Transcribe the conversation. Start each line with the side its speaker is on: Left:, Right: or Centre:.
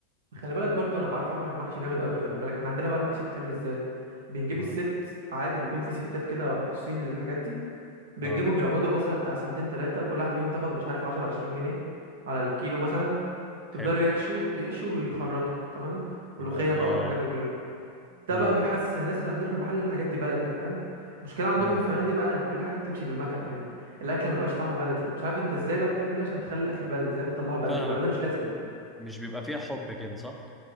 Right: خلي بالك برضو انا بعرف اعمل المحشي جامد قوي خلي بالك احنا عندنا بقى المحشي بيتعمل ازاي بنجيب
Centre: اه
Right: الست عادي بيكون في ستات كده مخصصين للحاجات دي بتجيبهم
Centre: اه
Right: يقعدوا مثلا بتاع ساعتين ثلاثة كل واحدة فيهم تاخد مش عارف 10 20 جنيه على الكيلو مثلا
Centre: حلو
Right: تفضلوا يحشوا يحشوا ويخرطوا تمام ملوخية
Centre: يا الله
Right: بقى والحاجات دي كلها ده
Centre: امم
Right: بقى بيحسس الناس اللي عندنا في المحل إن الحاجات دي بلدي فاهم المشكلة عندكم
Centre: امم
Right: في الفنادق بقى ان كل حاجة بتمشي بالمكن يعني الاكل ما بيبقاش طعمه بلدي مش عارف انت ازاي بقى بتعمل ايه عشان تخلي الاكل بلدي ازاي بتطلعه بلدي
Centre: فاهمك
Right: ولا ده مش لازم
Centre: م- م- مش بيبقى فيها حب كده صح